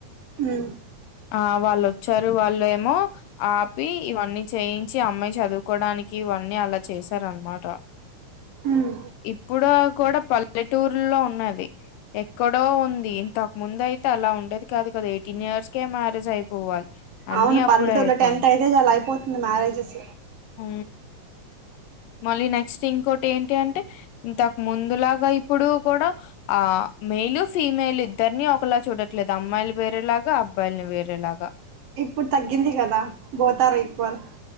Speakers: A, on the right; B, on the left.
A: ఉమ్
B: ఆ వాళ్ళు వచ్చారు. చారు వాళ్ళు ఏమో ఆపి ఇవన్నీ చేయించ్ యిన్చి అమ్మయి చా కోడానికి ఇవన్నీ అలా చేశారనమాట
A: ఉమ్
B: ఇప్పుడా కూడా పల్లెటూర్లో ఉన్నది ఎక్కడో ఉంది ఇంతకు ముందు అయితే అలా ఉండేది కాదు కదా ఎయిటీన్ ఇయర్స్కే మ్యారేజ్ అయిపోవాలి అన్ని
A: అవును
B: అప్పుడే
A: పల్లెటూరులో
B: అయిపోను
A: టెన్త్ అయితే చాలా అయిపోతుంది మ్యారేజెస్
B: హ మళ్ళీ నెక్స్ట్ ఇంకోటి ఏంటి అంటే ఇంతకు ముందులాగా ఇప్పుడు కూడా ఆ మేయిలు ఫీమేల్ ఇద్దరిని ఒకలా చూడ ట్లాలేదు అమ్మాయిలు వేరేలాగా అబ్బ అబ్బాయిలని వేరేలాగా
A: ఇప్పుడు తగ్గింది కదా both are equal